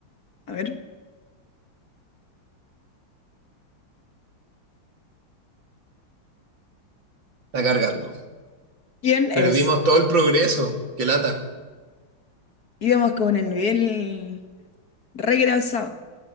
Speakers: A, on the left (about 45°); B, on the right (about 60°).
A: A ver.
B: Está cargando.
A: ¿Quién
B: Perdimos
A: es?
B: todo el progreso. Qué lata.
A: Íbamos con el nivel re que avanzado.